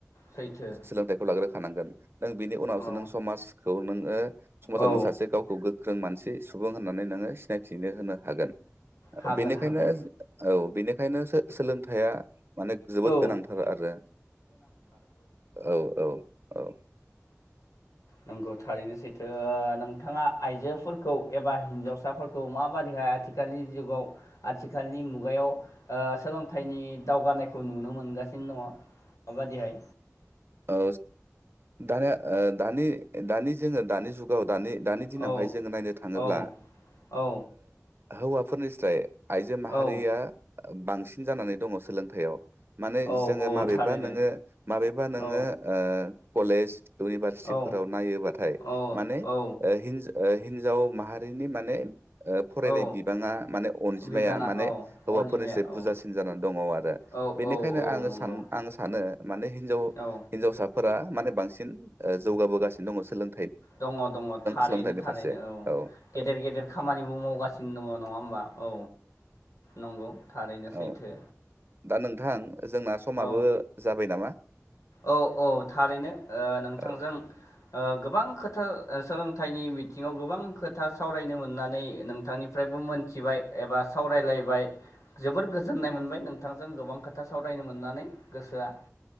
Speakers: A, on the left; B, on the right.
A: सैथो
B: सोलोंथाइखौ लाग्रो नांगोन बिनि उनावावासे
A: औ
B: नोङो समाजखौ नोङो समाजाव
A: औ
B: नों सासे गोख्रों मानसि सुबुं होननानै नोंङो सिनायथिनो होनो हागोन
A: हागोन
B: बेनिखायनो
A: हागोन
B: औ बेनिखायनो सोलोंथाया माने जोबोद
A: औ
B: गोनांथार आरो औ औ औ।
A: नंगौ थारैनो सैथो नोंथांङा आइजोफोरखौ खौ एबा हिन्जावसाफोरखौ माबादैहाय आथिखालनि जुगाव आथिखालनि मुगायाव सोलोंथाइनि दावगानायखौ नुनो मोनगासिनो दंङो माबादिहाय
B: औ दानिया दानि दानि जोंङो दानि जुगाव दानि दानि दिनावहाय
A: औ
B: जोंङो नायनो थांङोब्ला
A: औ औ
B: हौवाफोरनिफ्राय आइजो माहारिया
A: औ
B: बांसिन जानानै दङ सोलोंथायाव माने
A: औ
B: जोंङो
A: औ
B: माबेबा
A: थारैनो
B: नोंङो माबेबा नोङो
A: औ
B: ओ कलेज इउनिभारसिटिफोराव
A: औ
B: नायोबाथाय
A: औ
B: माने
A: औ
B: हिनजा हिनजाव माहारिनि माने फरायनाय
A: औ
B: बिबांङा माने अनजिमाया
A: बिबाना
B: माने
A: औ
B: हौवाफोरनिस
A: अनजिमाया औ
B: बुरजासिन जानानै दंङो आरो
A: औ
B: बेनिखायनो
A: औ औ
B: आंङो
A: नंगौ
B: सान आं सानो माने हिनजाव
A: औ
B: हिनजावसाफोरा माने बांसिन जौगाबोगासिनो दंङो सोलों
A: दंङो दंङो थारैनो
B: सोलोंथाइनि
A: थारैनो
B: फारसे
A: औ गेदेर
B: औ
A: गेदेर खामानिबो मावगासिनो दंङ नङा होमबा? औ नंगौ थारैनो सैथो।
B: औ दा नोंथां जोंना समाबो
A: औ
B: जाबाय नामा?
A: औ औ थारैनो नोंथांजों
B: औ
A: गोबां खोथा सोलोंथाइनि बिथिङाव गोबां खोथा सावरायनो मोननानै नोंथांनिफ्राय मोनथिबाय एबा सावरायलायबाय जोबोर गोजोननाय मोनबाय नोंथांजों गोबां खोथा सावरायनो मोननानै गोसोआ